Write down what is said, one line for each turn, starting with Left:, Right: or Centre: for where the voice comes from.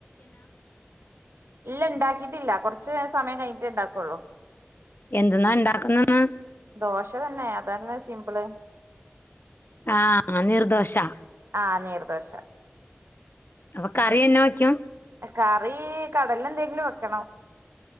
Right: ഇല്ല ണ്ടാക്കിട്ടില്ല കൊറച് സമയം കഴിഞ്ഞിട്ടേ ഇണ്ടാക്കൊള്ളൂ
Left: എന്ത്‌ന്നാ ണ്ടാക്ക്ന്നെന്ന്
Right: ദോശ തന്നെ അതല്ലേ സിംമ്പിള്
Left: ആഹ് നീർദോശ
Right: ആഹ നീർദോശ
Left: അപ്പൊ കറി എന്നാ വെക്കും?
Right: കറീ കടല ന്തെങ്കിലും വെക്കണം